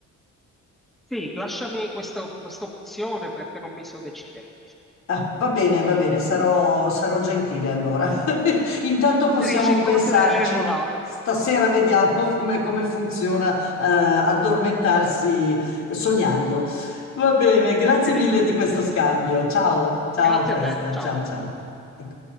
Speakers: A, in the centre; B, on the left.
A: sì, lasciami questa, questa opzione perché non mi so decidere.
B: Ah, va bene, va bene, sarò, sarò gentile allora. <laughs> Intanto
A: Magari
B: possiamo
A: ci incontreremo
B: pensarci.
A: là.
B: Stasera vediamo <laughs> come, come funziona, eh, addormentarsi sognando. Va bene, grazie
A: Bene,
B: mille di questo scambio. Ciao, ciao,
A: grazie
B: a presto,
A: a te, ciao.
B: ciao, ciao. Ecco.